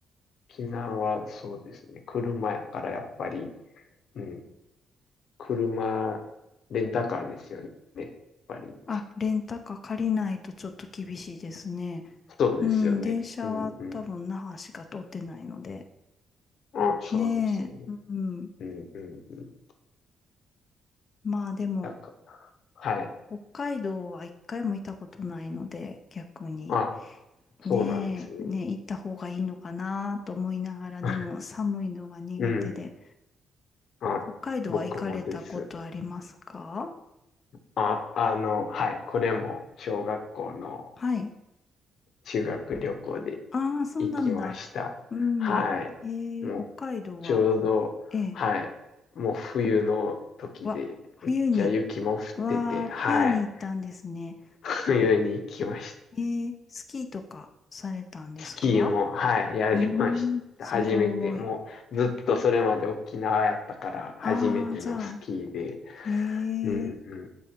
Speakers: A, on the left (about 65°); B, on the left (about 40°).
A: 沖縄はそうですね。車やからやっぱり、うん、車、レンタカーですよね。やっぱり。
B: あ、レンタカー借りないとちょっと厳しいですね。
A: そうですよね。
B: うん、電車は多分那覇しか通ってないので。
A: うんうん。あ、そうですよね。
B: ねえ、うん。
A: うんうんうん。
B: まあでも、
A: なんか、はい。
B: 北海道は一回も行ったことないので、逆に。
A: あ、そうなんですね。
B: ねえ、ねえ、行った方がいいのかなと思いながら、
A: <laughs>
B: でも寒いのが苦手で。
A: うん。あ、
B: 北海道は行かれたことありますか
A: 僕もです。あ、あの、はい。これも小学校の
B: はい。
A: 修学旅行で
B: ああ、そうなんだ。
A: 行きました。
B: うん。
A: はい。
B: えー、
A: もう、
B: 北海道は、
A: ちょうど、
B: ええ
A: はい。もう冬の時で、
B: わ、冬に、
A: めっちゃ雪も降ってて、
B: わあ、
A: はい。
B: 冬に行ったんですね。
A: 冬に行きました。
B: えー、スキーとかされたんですか
A: スキーも、はい、やりました。
B: うーん、すごい。
A: 初めて、もうずっとそれまで沖縄やったから、初めてのスキーで、
B: ああ、じゃあ、えー、
A: うんうん、